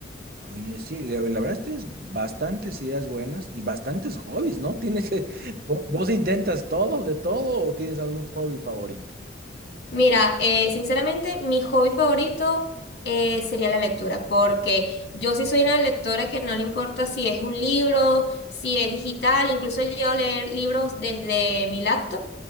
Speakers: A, on the right; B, on the left.
A: Oye, sí, la la verdad es que tienes bastantes ideas buenas y bastantes hobbies, ¿no? Tienes, <laughs> ¿vos vos intentas todo, de todo o tienes algún hobby favorito?
B: Mira, eh, sinceramente, mi hobby favorito eh, sería la lectura, porque yo sí soy una lectora que no le importa si es un libro, si es digital, incluso yo llego a leer libros desde mi laptop,